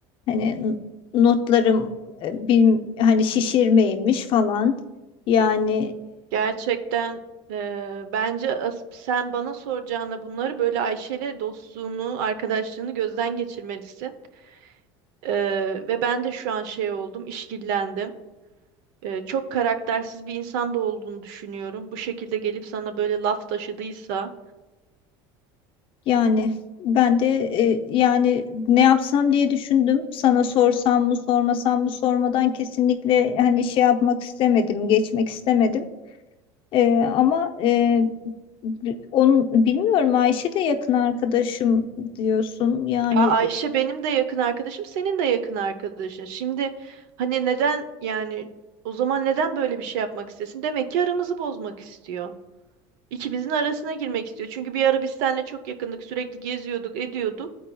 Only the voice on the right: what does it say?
Gerçekten eee, bence as- sen bana soracağına bunları böyle Ayşe'yle dostluğunu, arkadaşlığını gözden geçirmelisin. Eee, ve ben de şu an şey oldum, işkillendim. Eee, çok karaktersiz bir insan da olduğunu düşünüyorum. Bu şekilde gelip sana böyle laf taşıdıysa.
Ya Ayşe benim de yakın arkadaşım, senin de yakın arkadaşın. Şimdi hani neden yani o zaman neden böyle bir şey yapmak istesin? Demek ki aramızı bozmak istiyor. İkimizin arasına girmek istiyor. Çünkü bir ara biz seninle çok yakındık. Sürekli geziyorduk, ediyorduk.